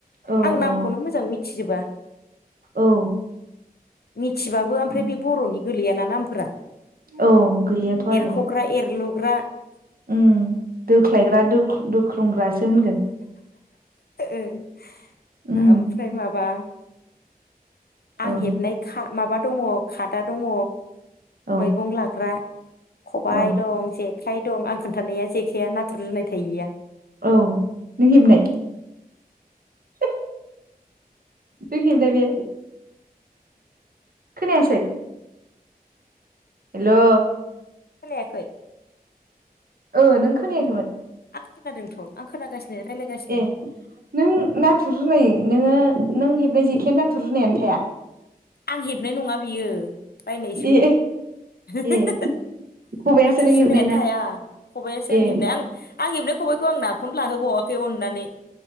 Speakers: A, on the right (about 70°); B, on the left (about 85°).
A: औ
B: आं
A: औ
B: नामखौनो मोजां मिथिजोबा
A: औ
B: मिथिबाबो ओमफ्राय
A: उम
B: बे बर'नि गोलैयाना नामफोरा
A: औ गोलैयाथ'
B: एरख'ग्रा
A: आरो
B: एरलुग्राफोरा
A: उम दोख्लायग्रा दोख्रोंग्रासो होनगोन
B: ओह
A: उम
B: ओमफ्राय माबा आं
A: औ
B: हेबनाय खा माबा दङ खादा दङ
A: औ
B: मैगं लाग्रा खबाइ
A: औ
B: दं जेखाइ दं आं खोनथानाया जेखाइआ नाथुर जुनाय थायैया
A: औ नों हेबनाय हे हे नों हेबनाय बियो खोनायासै हेल'
B: खोनायाखै
A: ओ नों खोनायाखैमोन
B: आं खोनादोंथ' आं खोनागासिनो रायलायगासिनो
A: ए नों नाथुर जुनाय नोङो नों हेबनाय जेखा नाथुर जुनायानो थाया
B: आं हेबनाय नङा बियो बायनायसोमोन
A: ए
B: हो हो
A: ए
B: हो
A: खबायासो
B: नाथुर
A: नों
B: जुनायानो
A: हेबनाय ना
B: थाया खबाइआसो आं
A: ए
B: हेबनाय आं आं हेबनाय खबाइखौ आं बेखौनो लाहोबावाखै अननानै